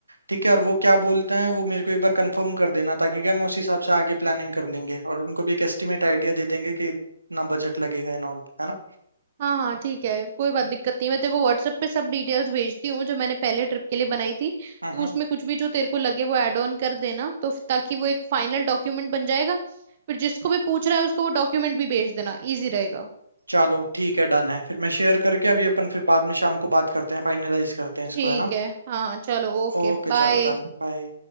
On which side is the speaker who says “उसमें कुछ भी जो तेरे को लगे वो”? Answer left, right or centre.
Right